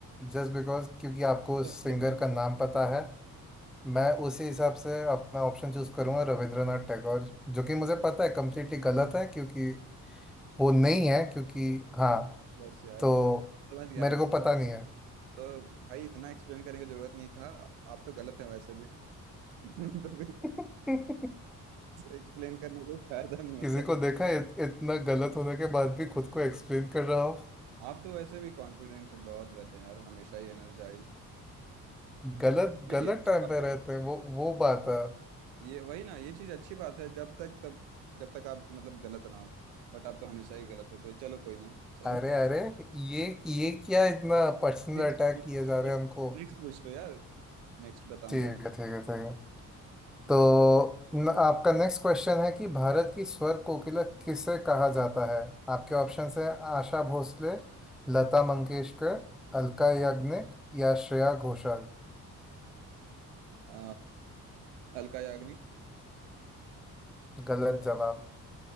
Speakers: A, in the centre; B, on the right (about 65°).
A: जस्ट बिकॉज क्योंकि आपको उस
B: सब ठीक
A: सिंगर
B: है,
A: का नाम
B: सब
A: पता
B: ठीक है।
A: है मैं उसी हिसाब से अपना ऑप्शन चूज करूंगा रविंद्रनाथ टैगोर जो कि मुझे पता है कम्प्लीटली गलत है क्योंकि वो नहीं है क्योंकि हाँ
B: बस यार
A: तो
B: समझ गया
A: मेरे
B: आप
A: को पता नहीं है
B: तो भाई इतना एक्सप्लेन करने की जरूरत नहीं था आप तो गलत है वैसे भी <laughs> तो फिर
A: <laughs>
B: एक्सप्लेन करने का फायदा नहीं होता
A: किसी को देखा है, इत, इतना गलत होने के बाद भी खुद को एक्सप्लेन कर रहा हो
B: आप तो वैसे भी कॉन्फिडेंट बहुत रहते हैं यार हमेशा ही एनर्जाइज
A: गलत
B: ये
A: गलत
B: चीज अच्छी
A: टाइम
B: बात
A: पे रहते
B: है
A: हैं वो वो बात है
B: ये वही ना ये चीज अच्छी बात है जब तक तब जब तक आप मतलब गलत ना हो बट आप तो हमेशा ही गलत होते हो चलो कोई ना चलो
A: अरे अरे ये ये क्या इतना पर्सनल
B: नेक्स्ट
A: अटैक
B: नेक्स्ट
A: किए जा रहे हैं हमको
B: नेक्स्ट पूछ लो यार नेक्स्ट बताऊंगा
A: ठीक है ठीक है ठीक है तो न, आपका नेक्स्ट क्वेश्चन है कि भारत की स्वर कोकिला किसे कहा जाता है आपके ऑप्शंस हैं आशा भोसले लता मंगेशकर अलका याग्निक या श्रेया घोषाल
B: आ, अलका याग्निक
A: गलत जवाब